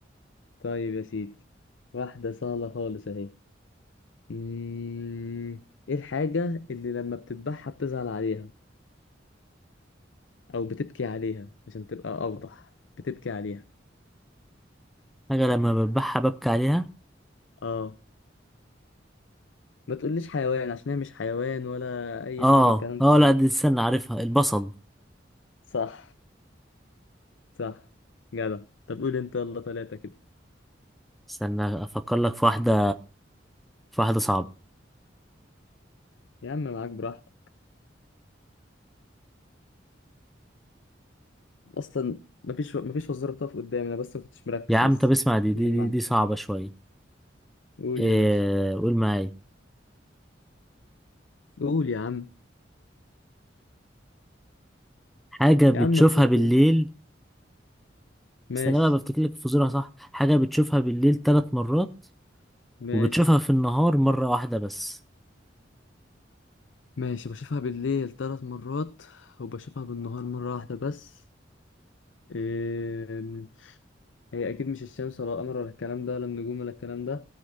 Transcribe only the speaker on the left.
طيب يا سيدي واحدة سهلة خالص اهي مم، ايه الحاجة اللي لما بتذبحها بتزعل عليها او بتبكي عليها عشان تبقى اوضح بتبكي عليها
اه ما تقوليش حيوان عشان هي مش حيوان ولا اي
حاجه من الكلام
ده
صح صح جدع طب قول انت يلا ثلاثه كده
يا عم معاك براحتك اصلا مفيش مفيش وزاره بتقف قدامي انا بس ما كنتش مركز
لسه
جمعنا
قول
يا باشا
قول يا عم
يا عم قول
ماشي
ماشي
ماشي بشوفها بالليل ثلاث مرات وبشوفها بالنهار مره واحده بس إيه... هي اكيد مش الشمس ولا القمر ولا الكلام ده ولا النجوم ولا الكلام